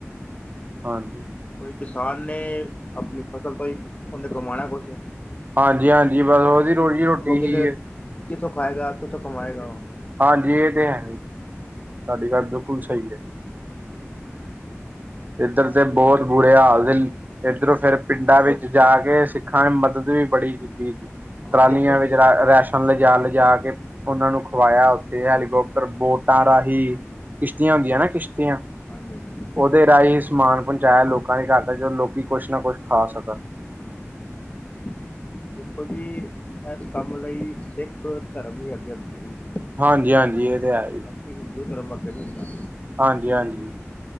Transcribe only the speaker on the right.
ਹਾਂਜੀ।
ਹਾਂਜੀ-ਹਾਂਜੀ ਮਤਲਬ ਉਹਦੀ ਰੋਜ਼ ਰੋਟੀ
ਹੀ ਹੈ।
ਹਾਂਜੀ ਇਹ ਤੇ ਹੈ ਈ। ਤਾਡੀ ਗੱਲ ਬਿਲਕੁਲ ਸਹੀ ਐ। ਇੱਧਰ ਤੇ ਬਹੁਤ ਬੁਰੇ ਹਾਲ ਦੇ। ਇਧਰੋਂ ਫਿਰ ਪਿੰਡਾਂ ਵਿੱਚ ਜਾ ਕੇ ਸਿੱਖਾਂ ਨੇ ਮਦਦ ਵੀ ਬੜੀ ਕੀਤੀ ਸੀ।
ਟਰਾਲੀਆਂ
ਵਿੱਚ ਰਾਸ਼ਨ ਲਿਜਾ-ਲਿਜਾ ਕੇ ਉਹਨਾਂ ਨੂੰ ਖਵਾਇਆ। ਤੇ ਹੈਲੀਕੋਪਟਰ ਬੋਟਾਂ ਰਾਹੀਂ, ਕਿਸ਼ਤੀਆਂ ਹੁੰਦੀਆਂ ਨਾ ਕਿਸ਼ਤੀਆਂ।
ਉਹਦੇ ਰਾਹੀਂ ਸਮਾਨ ਪਹੁੰਚਾਇਆ ਲੋਕਾਂ ਨੇ ਘਰ ਤੱਕ ਜਦੋਂ ਲੋਕੀ ਕੁਛ ਨਾ ਕੁੱਛ ਖਾ ਸਕਣ।
ਹਾਂਜੀ ਹਾਂਜੀ ਇਹ ਤੇ ਹੈ ਜੀ।
ਹਾਂਜੀ ਹਾਂਜੀ,